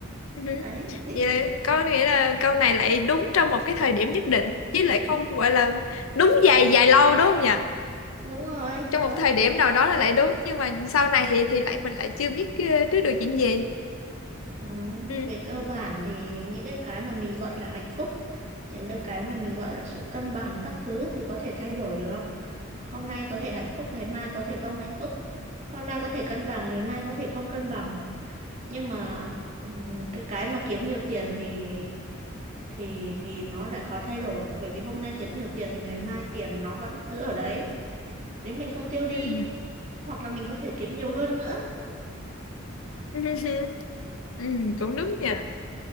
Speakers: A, on the left; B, on the right.
A: ừ
B: đấy thì
A: vậy là có nghĩa là câu này lại đúng trong một cái thời điểm nhất định chứ lại không gọi là đúng dài dài lâu đúng không nhỉ
B: đúng rồi
A: trong
B: có
A: một thời điểm nào đó là lại đúng nhưng mà sau này thì thì lại mình lại chưa biết ờ, trước được chuyện gì
B: ừ,
A: ừ
B: về cơ bản thì những cái cái mà mình gọi là hạnh phúc những cái cái mà mình gọi là sự cân bằng các thứ thì có thể thay đổi được hôm nay có thể hạnh phúc ngày mai có thể không hạnh phúc hôm nay có thể cân bằng ngày mai có thể không cân bằng nhưng mà ừ, cái cái mà kiếm nhiều tiền thì thì thì nó lại khó thay đổi bởi vì hôm nay kiếm nhiều tiền thì ngày mai tiền nó vẫn cứ ở đấy nếu mình không tiêu đi
A: ừ
B: hoặc là mình có thể kiếm nhiều hơn nữa
A: <laughs> Ừ, cũng đúng nha